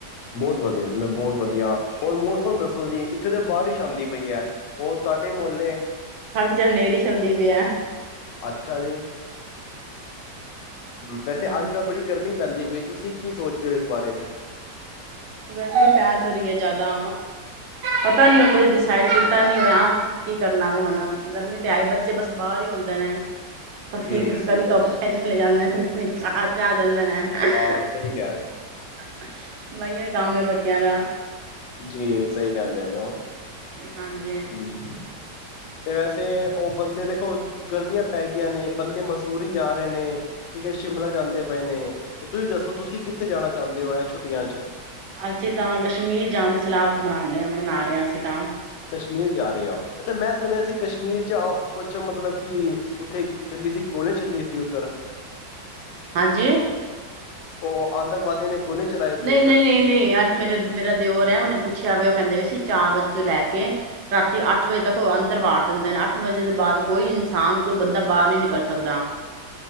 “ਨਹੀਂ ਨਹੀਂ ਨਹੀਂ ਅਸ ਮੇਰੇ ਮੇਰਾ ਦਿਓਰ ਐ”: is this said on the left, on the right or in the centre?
Right